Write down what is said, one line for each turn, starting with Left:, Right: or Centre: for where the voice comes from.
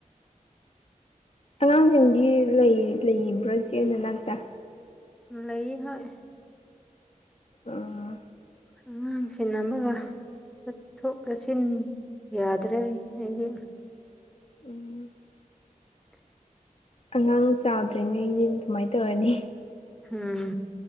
Left: ꯑꯉꯥꯡꯁꯤꯡꯗꯤ ꯂꯩ ꯂꯩꯕ꯭ꯔꯥ ꯏꯆꯦ ꯅꯅꯥꯛꯇ
Centre: ꯂꯩ ꯍꯣꯏ
Left: ꯑꯥ
Centre: ꯑꯉꯥꯡ ꯁꯦꯟꯅꯕꯒ ꯆꯠꯊꯣꯛ ꯆꯠꯁꯤꯟ ꯌꯥꯗ꯭ꯔꯦ ꯑꯩꯗꯤ <inaudible>
Left: ꯎꯝ ꯑꯉꯥꯡ ꯆꯥꯎꯗ꯭ꯔꯤꯉꯩꯗꯤ ꯗꯨꯃꯥꯏꯅ ꯇꯧꯔꯅꯤ
Centre: ꯎꯝ